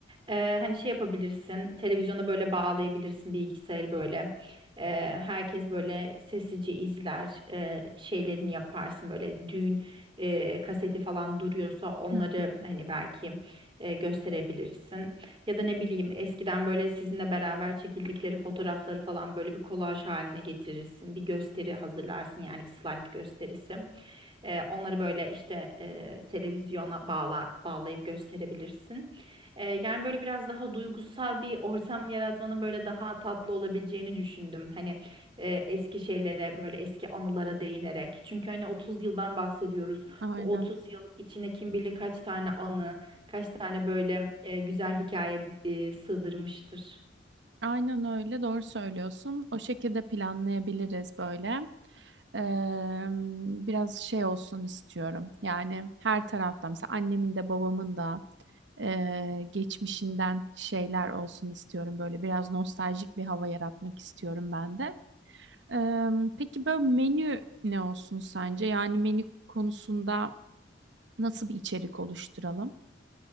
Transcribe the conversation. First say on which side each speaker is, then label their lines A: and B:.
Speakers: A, on the right (about 30°); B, on the right (about 70°).
A: Ee, hani şey yapabilirsin, televizyona böyle bağlayabilirsin, bilgisayarı böyle. Ee, herkes böyle sessizce izler, e, şeylerini yaparsın böyle düğün e, kaseti falan duruyorsa onları
B: Hı hı,
A: hani belki e, gösterebilirsin. Ya da ne bileyim eskiden böyle sizinle beraber çekildikleri fotoğrafları falan böyle bir kolaj haline getirirsin. Bir gösteri hazırlarsın yani bir slide gösterisi. E, onları böyle işte e, televizyona bağla, bağlayıp gösterebilirsin. E, yani böyle biraz daha duygusal bir ortam yaratmanın böyle daha tatlı olabileceğini düşündüm. Hani e, eski şeylere böyle eski anılara değinerek. Çünkü hani 30 yıldan bahsediyoruz.
B: aynen.
A: Bu 30 yıl içine kim bilir kaç tane anı, kaç tane böyle e, güzel hikaye e, sığdırmıştır.
B: Aynen öyle doğru söylüyorsun. O şekilde planlayabiliriz böyle. Eee, biraz şey olsun istiyorum. Yani her taraftan mesela annemin de babamın da eee, geçmişinden şeyler olsun istiyorum. Böyle biraz nostaljik bir hava yaratmak istiyorum ben de. Eee, peki böyle menü ne olsun sence? Yani menü konusunda Nasıl bir içerik oluşturalım?